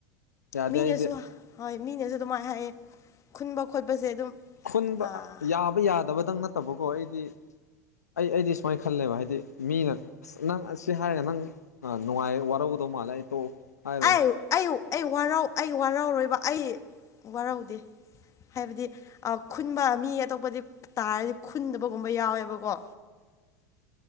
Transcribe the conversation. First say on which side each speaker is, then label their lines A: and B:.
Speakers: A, on the left; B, on the left.
A: ꯌꯥꯗꯦ
B: ꯃꯤꯅꯁꯨ
A: ꯑꯩꯗꯤ
B: ꯍꯣꯏ ꯃꯤꯅꯁꯨ ꯑꯗꯨꯃꯥꯏꯅ ꯍꯥꯏꯌꯦ ꯈꯨꯟꯕ ꯈꯣꯠꯄꯁꯦ ꯑꯗꯨꯝ
A: ꯈꯨꯟꯕ
B: ꯑꯥ,
A: ꯌꯥꯕ ꯌꯥꯗꯕꯗꯪ ꯅꯠꯇꯕꯀꯣ ꯑꯩꯗꯤ ꯑꯩ ꯑꯩꯗꯤ ꯁꯨꯃꯥꯏꯅ ꯈꯜꯂꯦꯕ ꯍꯥꯏꯗꯤ ꯃꯤꯅ ꯑꯁ ꯅꯪ ꯑꯁꯤ ꯍꯥꯏꯔꯒ ꯅꯪ ꯅꯨꯡꯉꯥꯏ ꯋꯥꯔꯧꯒꯗꯧ ꯃꯥꯜꯂꯦ ꯑꯩ ꯇꯣꯛꯑꯦ ꯍꯥꯏꯔꯣꯏ
B: ꯑꯩꯌꯨꯛ ꯑꯩ ꯌꯨ ꯑꯩ ꯋꯥꯔꯧ ꯑꯩ ꯋꯥꯔꯧꯔꯣꯏꯕ ꯑꯩ ꯋꯥꯔꯧꯗꯦ ꯍꯥꯏꯕꯗꯤ ꯑꯥ ꯈꯨꯟꯕ ꯃꯤ ꯑꯇꯣꯞꯄꯗꯤ ꯇꯥꯔꯗꯤ ꯈꯨꯟꯗꯕꯒꯨꯝꯕ ꯌꯥꯎꯋꯦꯕꯀꯣ
A: <inaudible>